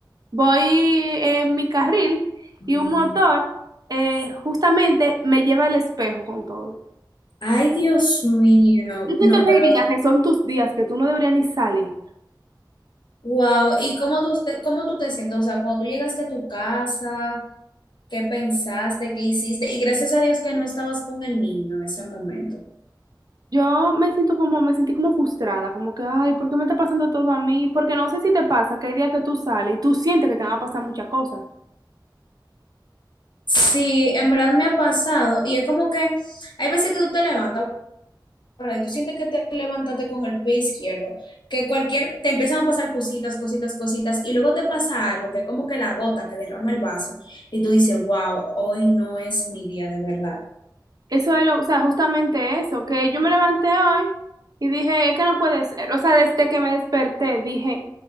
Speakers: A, on the right; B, on the left.
A: voy en mi carril
B: Mm.
A: y un motor eh, justamente me lleva el espejo con todo.
B: Ay, Dios mío.
A: Yo siento
B: No,
A: que
B: pero,
A: hay días que son tus días que tú no deberías ni salir.
B: wow. ¿Y cómo tú, te- cómo tú te sientes? O sea, cuando tú llegaste a tu casa. qué pensaste, qué hiciste, y gracias a Dios que no estabas con el niño en ese momento.
A: Yo me siento como, me sentí como frustrada, como que, ay, ¿por qué me está pasando todo a mí? Porque no sé si te pasa que hay días que tú sales y tú sientes que te van a pasar muchas cosas.
B: Sí, en verdad me ha pasado, y es como que hay veces que tú te levantas, ¿verdad? Y tú sientes que te levantaste con el pie izquierdo, que cualquier, te empiezan a pasar cositas, cositas, cositas, y luego te pasa algo, que es como que la gota que derrama el vaso, y tú dices, wow, hoy no es mi día de verdad.
A: Eso es lo, o sea, justamente eso, que yo me levanté hoy y dije, es que no puede ser. O sea, desde que me desperté, dije,